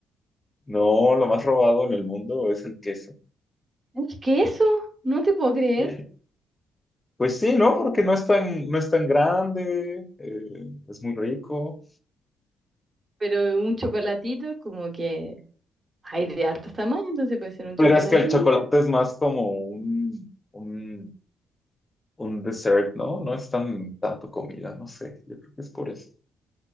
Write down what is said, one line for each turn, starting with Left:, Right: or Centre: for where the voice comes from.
Left: No, lo más robado en el mundo es el queso.
Right: ¿El queso? No te puedo creer,
Left: <laughs> Pues sí, ¿no? Porque no es tan, no es tan grande, eh, es muy rico.
Right: pero un chocolatito como que hay de hartos tamaños, entonces puede ser un
Left: Pero
Right: chocolatito.
Left: es que el chocolate es más como un, un, un dessert, ¿no? No es tan tanto comida, no sé. Yo creo que es por eso.